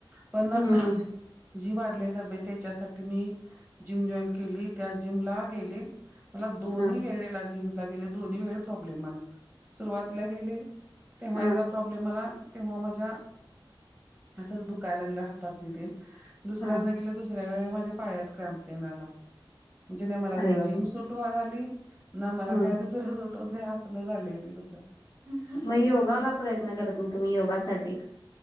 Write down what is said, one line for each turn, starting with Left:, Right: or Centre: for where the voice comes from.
Centre: पण
Left: हं,
Centre: ना जी वाढले तब्येत, त्याच्यासाठी मी, जिम जॉईन केली, त्या जिमला गेले. मला दोन्ही
Left: हं,
Centre: वेळेला जिमला गेले, दोन्ही वेळी प्रॉब्लेम आला. सुरुवातीला गेले, तेव्हा
Left: हं,
Centre: एकदा प्रॉब्लेम आला, तेव्हा माज्या, असच दुखाय लागल, हातात नि ते. दुसऱ्यांदा
Left: हं.
Centre: गेले, दुसऱ्या वेळे, माझ्या पायात क्रॅम्प तेन आला, म्हणजे ना मला
Left: अरे
Centre: ती
Left: वाह!
Centre: जिम सुट त झाली, ना माला
Left: हं.
Centre: काय दुसरं सूट होतंय, असल झालय ते सगळं
Left: म योगा
Centre: मी खरं-
Left: का प्रयत्न करत नहीं, तुम्ही योगासाठी?